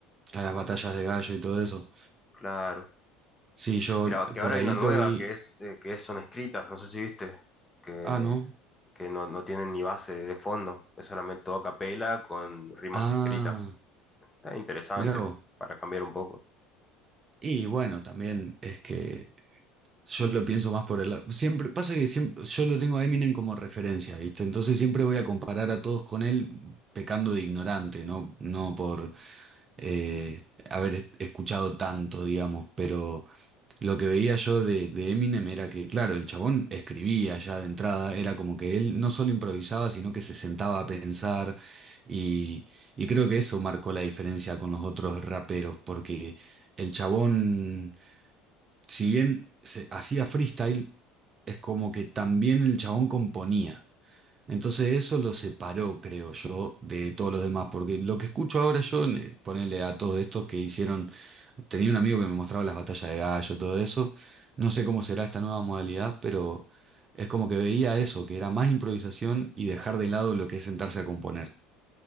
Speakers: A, on the right; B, on the left.
A: a las batallas de gallo y todo eso.
B: Claro.
A: Sí, yo
B: creo que ahora
A: por
B: hay
A: ahí
B: una nueva
A: lo vi.
B: que es, eh, que son escritas, no sé si viste, que,
A: Ah, no.
B: que no, no tienen ni base de fondo, es solamente todo a capela con rimas
A: Ah,
B: escritas. Está interesante
A: mirá vos.
B: para cambiar un poco,
A: Y bueno, también es que yo lo pienso más por el lado. Siempre, pasa que siempre, yo lo tengo a Eminem como referencia, ¿viste? Entonces siempre voy a comparar a todos con él pecando de ignorante, no, no por eh, haber es- escuchado tanto, digamos, pero. Lo que veía yo de, de Eminem era que, claro, el chabón escribía ya de entrada, era como que él no solo improvisaba, sino que se sentaba a pensar y, y creo que eso marcó la diferencia con los otros raperos, porque el chabón, si bien se hacía freestyle, es como que también el chabón componía. Entonces eso lo separó, creo yo, de todos los demás, porque lo que escucho ahora yo, eh, ponerle a todos estos que hicieron, tenía un amigo que me mostraba las batallas de gallo, todo eso, no sé cómo será esta nueva modalidad, pero es como que veía eso, que era más improvisación y dejar de lado lo que es sentarse a componer.